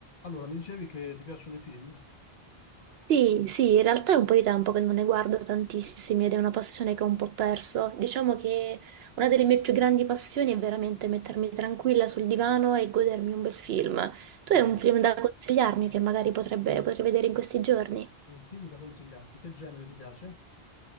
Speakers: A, on the left; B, on the right.
A: Allora, mi dicevi che ti piacciono i film?
B: Sì, sì, in realtà è un po' di tempo che non ne guardo tantissimi ed è una passione che ho un po' perso. Diciamo che una delle mie più grandi passioni è veramente mettermi tranquilla sul divano e godermi un bel film. Tu
A: Mm,
B: hai un film da consigliarmi che magari potrebbe, potrei vedere in questi giorni?
A: Ho Un film da consigliarti. Che genere ti piace?